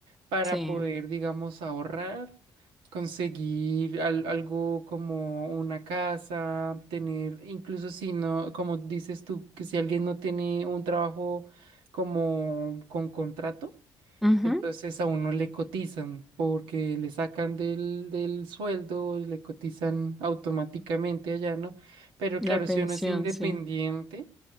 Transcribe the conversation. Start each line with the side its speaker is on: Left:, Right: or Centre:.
Right: para
Centre: sí.
Right: poder, digamos, ahorrar conseguir al- algo como una casa, tener, incluso si no, como dices tú, que si alguien no tiene un trabajo como con contrato,
Centre: ujú,
Right: entonces a uno le cotizan porque le sacan del, del sueldo, le cotizan automáticamente allá, ¿no? Pero
Centre: La
Right: claro,
Centre: pensión,
Right: si uno es independiente.
Centre: sí.